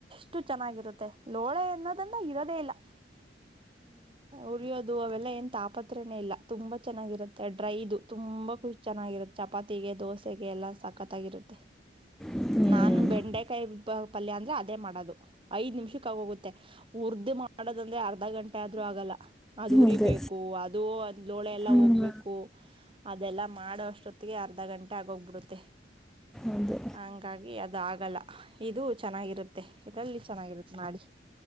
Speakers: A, on the right; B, in the centre.
A: ಎಷ್ಟು ಚೆನ್ನಾಗಿರುತ್ತೆ ಲೋಳೆ ಎನ್ನೋದನ್ನ ಇರೋದೆೇ ಇಲ್ಲ ಉರಿಯೋದು ಅವೆಲ್ಲ ಏನ್ ತಾಪತ್ರನೇ ಇಲ್ಲ ತುಂಬಾ ಚೆನ್ನಾಗಿರುತ್ತೆ ಡ್ರೈದು ತುಂಬಾ ಖುಷಿ ಚೆನ್ನಾಗಿರುತ್ತೆ ಚಪಾತಿಗೆ ದೋಸೆಗೆ ಎಲ್ಲಾ ಸಕತ್ತಾಗಿರುತ್ತೆ
B: ಹ್ಮ್
A: ನಾನ್ ಬೆಂಡೆಕಾಯಿ ಬ ಪಲ್ಯ ಅಂದ್ರೆ ಅದೇ ಮಾಡೋದು ಐದ್ ನಿಮಿಷಕ್ಕ ಆಗೋಗುತ್ತೆ ಉರದ ಮಾಡೋದಂದ್ರೆ ಅರ್ಧ ಗಂಟೆ ಆದ್ರೂ ಆಗಲ್ಲ ಅದು ಉರಿಬೇಕು
B: ಅದೇ
A: ಅದು ದೋಳೆ ಎಲ್ಲ
B: ಹ್ಮ್
A: ಹೋಗ್ಬೇಕು ಅದೆಲ್ಲಾ ಮಾಡುವಷ್ಟೊತ್ತಿಗೆ ಅರ್ಧ ಗಂಟೆ ಆಗೋಗ್ಬಿಡುತ್ತೆ
B: ಅದೇ
A: ಹಂಗಾಗಿ ಅದ ಆಗಲ್ಲ ಇದು ಚೆನ್ನಾಗಿರುತ್ತೆ ಇದಲ್ಲಿ ಚೆನ್ನಾಗಿರುತ್ತೆ ಮಾಡಿ